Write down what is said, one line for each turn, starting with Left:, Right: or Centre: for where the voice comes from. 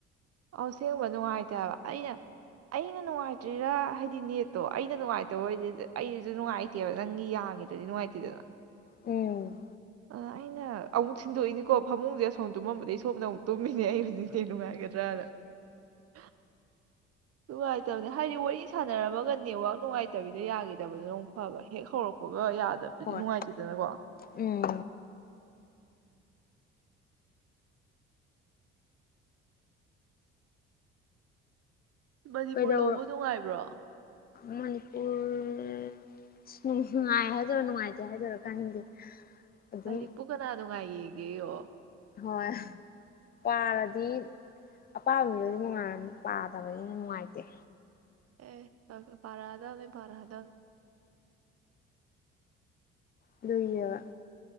Right: ꯑꯁꯦꯡꯕ ꯅꯨꯡꯉꯥꯏꯇꯕ ꯑꯩꯅ ꯑꯩꯅ ꯅꯨꯡꯉꯥꯏꯇ꯭ꯔꯤꯔꯥ ꯍꯥꯏꯗꯤ ꯅꯦꯠꯇꯣ ꯑꯩꯅ ꯅꯨꯡꯉꯥꯏꯇꯕ ꯑꯣꯏꯗꯤ ꯑꯩꯁꯨ ꯅꯨꯡꯉꯥꯏꯇꯦꯕ ꯅꯪꯒꯤ ꯌꯥꯈꯤꯗ꯭ꯔꯗꯤ ꯅꯨꯡꯉꯥꯏꯇꯦꯗꯅ
Left: ꯎꯝ
Right: ꯑ ꯑꯩꯅ ꯑꯃꯨꯛ ꯁꯤꯟꯗꯣꯛꯏꯅꯤꯀꯣ ꯐꯃꯨꯡꯁꯦ ꯑꯁꯣꯝ ꯇꯨꯝꯃꯝꯕꯗꯒꯤ ꯁꯣꯝꯗ ꯑꯃꯨꯛ ꯇꯨꯝꯃꯤꯅꯦ ꯑꯩ ꯍꯨꯖꯤꯛ <unintelligible> ꯅꯨꯡꯉꯥꯏꯇꯕꯅꯦ ꯍꯥꯏꯗꯤ ꯋꯥꯔꯤ ꯁꯥꯟꯅꯔꯝꯃꯒ ꯅꯦꯠꯋꯥꯛ ꯅꯨꯡꯉꯥꯏꯇꯕꯤꯗꯣ ꯌꯥꯈꯤꯗꯕꯗꯣ ꯅ ꯐꯕ ꯍꯦꯛ ꯍꯧꯔꯛꯄ ꯒ ꯌꯥꯗꯕꯁꯨꯗꯤ
Left: ꯍꯣꯏ
Right: ꯅꯨꯡꯉꯥꯏꯇꯦꯗꯅꯀꯣ꯫
Left: ꯎꯝ
Right: ꯃꯅꯤꯄꯨꯔ
Left: ꯀꯩꯗꯔ
Right: ꯂꯧꯕ ꯅꯨꯡꯉꯥꯏꯕ꯭ꯔꯣ
Left: ꯃꯅꯤꯄꯨꯔ ꯅꯨꯡꯉꯥꯏ ꯍꯥꯏꯗꯔꯣ ꯅꯨꯡꯉꯥꯏꯇꯦ ꯍꯥꯏꯗꯣꯏꯔꯣ ꯈꯪꯗꯦ ꯑꯗꯨꯝ
Right: ꯂꯔꯤꯛꯄꯨ ꯀꯅꯥ ꯅꯨꯡꯉꯥꯏꯌꯦ ꯑꯣ
Left: ꯍꯣꯏ ꯄꯥꯔꯗꯤ ꯑꯄꯥꯝꯕꯗꯗꯤꯉꯥꯏꯅꯤ ꯄꯥꯗꯕꯅꯤꯅ ꯅꯨꯡꯉꯥꯏꯇꯦ
Right: ꯑꯦ ꯄꯔꯥꯗꯅꯦ ꯄꯔꯥꯗꯥ
Left: ꯂꯨꯏꯕ